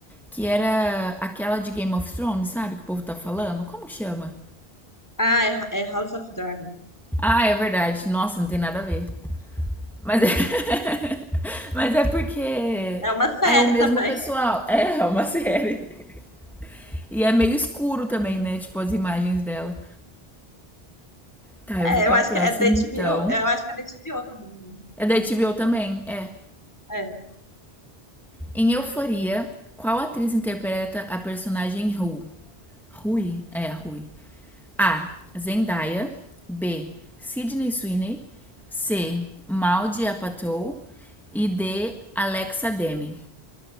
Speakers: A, in the centre; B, on the left.
A: que era aquela de Game of Thrones, sabe? Que o povo tá falando. Como que chama?
B: Ah, é, é House of Dragon.
A: Ah, é verdade. Nossa, não tem nada a ver. Mas é, <laughs> Mas é porque
B: É uma série
A: é o mesmo
B: também.
A: pessoal.
B: <laughs>
A: É, é uma série. E é meio escuro também, né? Tipo, as imagens dela. Tá, eu
B: É,
A: vou pra
B: eu acho
A: próxima
B: que é da HBO.
A: então.
B: Eu acho que é da HBO também, né?
A: É
B: Então,
A: da HBO também? É.
B: é.
A: Em Euforia, qual atriz interpreta a personagem Rue? Rui? É, Rui. A. Zendaya. B. Sidney Sweeney. C. Maldi Apatow. E D. Alexa Demi.